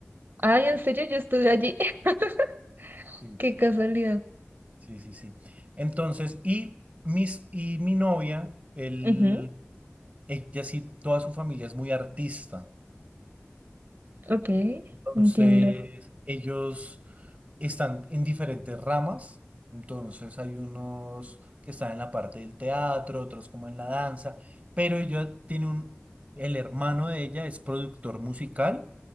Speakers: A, on the right (about 45°); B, on the right (about 30°).
A: Ay, en serio, yo estuve allí. <laughs>
B: Sí,
A: Qué casualidad.
B: sí, sí, sí. Entonces, y, mis, y mi novia, él,
A: Ujú,
B: ella sí, toda su familia es muy artista.
A: Ok,
B: Entonces,
A: entiendo.
B: ellos están en diferentes ramas. Entonces, hay unos que están en la parte del teatro, otros como en la danza, pero ella tiene un, el hermano de ella es productor musical